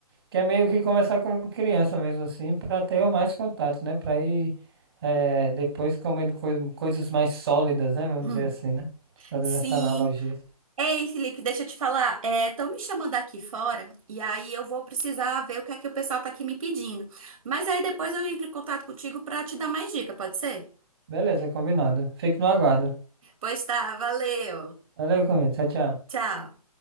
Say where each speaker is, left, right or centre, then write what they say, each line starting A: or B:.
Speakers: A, on the right; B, on the right.
A: Que é meio que começar como criança mesmo assim, para ter mais contato, né? Para ir eh, depois comendo coi- coisas mais sólidas, né?
B: <clears throat>
A: Vamos
B: hum,
A: dizer assim, né? Fazendo
B: Sim.
A: essa analogia.
B: Ei, Felipe, deixa eu te falar. Estão me chamando aqui fora e aí eu vou precisar ver o que é que o pessoal tá aqui me pedindo. Mas aí depois eu entro em contato contigo para te dar mais dica, pode ser?
A: Beleza, combinado. Fico no aguardo.
B: Pois tá, valeu.
A: Valeu, comigo. Tchau, tchau.
B: Tchau.